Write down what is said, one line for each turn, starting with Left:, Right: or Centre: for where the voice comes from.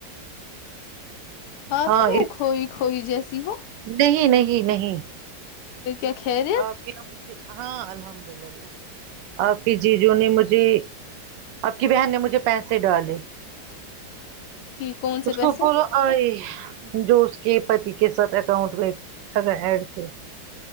Left: آپ
Right: ہاں
Left: کیوں
Right: اس
Left: کھوئی ہوئی جیسی ہو
Right: نہیں نہیں نہیں
Left: ل کیا خیریت
Right: آپ کی مجھے ہاں الحمد للہ آپ کی جی جو نے مجھے آپ کی بہن نے مجھے پیسے ڈالے
Left: ٹھیک کون سے
Right: اس
Left: پیسے
Right: کے اوپر آئی جو اس کے پتی کے ساتھ اکاؤنٹ میں ا ایڈ تھے